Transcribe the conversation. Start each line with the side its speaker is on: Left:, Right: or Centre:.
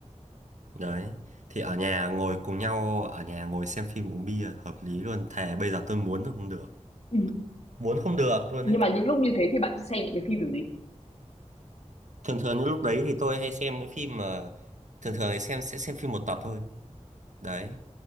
Right: đấy thì ở nhà ngồi cùng nhau ở nhà ngồi xem phim uống bia hợp lý luôn thề bây giờ tôi muốn là không được
Left: Ừ.
Right: muốn không được luôn
Left: nhưng
Right: đấy
Left: mà những lúc như thế thì bạn sẽ xem những cái phim kiểu gì
Right: thường thường những lúc đấy thì tôi hay xem cái phim mà thường thường thì xem sẽ xem phim một tập thôi đấy